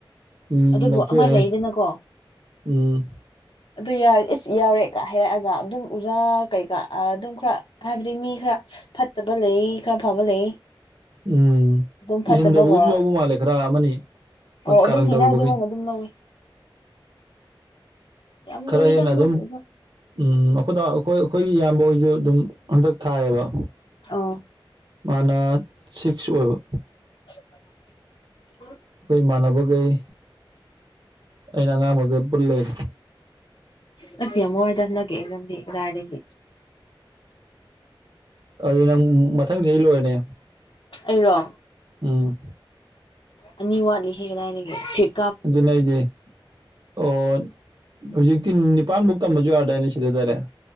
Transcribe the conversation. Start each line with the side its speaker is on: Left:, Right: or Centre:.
Right: ꯎꯝ
Left: ꯑꯗꯨꯕꯨ
Right: ꯂꯧꯊꯣꯛꯑꯦ
Left: ꯑꯃ ꯂꯩꯗꯅꯀꯣ
Right: ꯍꯥꯏ ꯎꯝ
Left: ꯑꯗꯨ ꯌꯥ ꯏꯁ ꯌꯥꯎꯔꯦꯀ ꯍꯥꯏꯔꯛꯑꯒ ꯑꯗꯨꯝ ꯑꯣꯖꯥ ꯀꯩꯀꯥ ꯑꯗꯨꯝ ꯈꯔ ꯍꯥꯏꯕꯗꯤ ꯃꯤ ꯈꯔ ꯐꯠꯇꯕ ꯂꯩ ꯈꯔ ꯐꯕ ꯂꯩ
Right: ꯎꯝ
Left: ꯑꯗꯨꯝ ꯐꯠꯇꯕꯒ
Right: ꯏꯍꯟꯗꯕꯒꯤꯁꯨ ꯌꯥꯎꯕ ꯃꯥꯜꯂꯦ ꯈꯔ ꯑꯃꯅꯤ ꯃꯣꯏ
Left: ꯑꯣ ꯑꯗꯨꯝ
Right: ꯀꯥꯔꯟ
Left: ꯊꯦꯡꯅꯏꯗꯤ
Right: ꯇꯧꯔꯨꯕꯒꯤ
Left: ꯃꯣꯏꯅ ꯑꯗꯨꯝ ꯂꯧꯏ ꯌꯥꯝ
Right: ꯈꯔ
Left: ꯂꯨꯏꯗ
Right: ꯍꯦꯟꯅ
Left: ꯍꯟꯗꯛꯀꯤ
Right: ꯑꯗꯨꯝ
Left: ꯑꯦꯛꯖꯥꯝ
Right: ꯎꯝ ꯑꯩꯈꯣꯏꯗ ꯑꯩꯈꯣꯏ ꯑꯩꯈꯣꯏꯒꯤ ꯏꯌꯥꯝꯕ ꯍꯣꯏꯁꯨ ꯑꯗꯨꯝ ꯍꯟꯗꯛ ꯊꯥꯏꯌꯦꯕ
Left: ꯑꯣ
Right: ꯃꯥꯅ ꯁꯤꯛꯁ ꯑꯣꯏꯕ
Left: <unintelligible>
Right: ꯑꯩꯈꯣꯏ ꯏꯃꯥꯟꯅꯕꯈꯩ ꯑꯩꯅ ꯑꯉꯥꯡꯕꯈꯩ ꯄꯨꯜ ꯂꯩꯔꯦ
Left: ꯎꯝ ꯑꯁ ꯌꯥꯝ ꯋꯥꯏꯗ ꯍꯟꯗꯛꯀꯤ ꯑꯦꯛꯖꯥꯝꯗꯤ ꯀꯗꯥꯏꯗꯒꯤ
Right: ꯑꯗꯨꯗꯤ ꯅꯪ ꯃꯊꯪ ꯆꯍꯤ ꯂꯣꯏꯔꯅꯤ
Left: ꯑꯩꯔꯣ
Right: ꯎꯝ
Left: ꯑꯅꯤ ꯋꯥꯠꯂꯤꯍꯦ ꯀꯗꯥꯏꯗꯒꯤ ꯐꯤꯐ
Right: ꯑꯗꯨꯅꯦ ꯍꯥꯏꯖꯦ ꯑꯣ ꯍꯧꯖꯤꯛꯇꯤ ꯅꯤꯄꯥꯟꯕꯨꯒ ꯇꯝꯕꯁꯨ ꯌꯥꯔꯗꯥꯏꯅꯦ ꯁꯤꯗ ꯗꯥꯏꯔꯦꯛ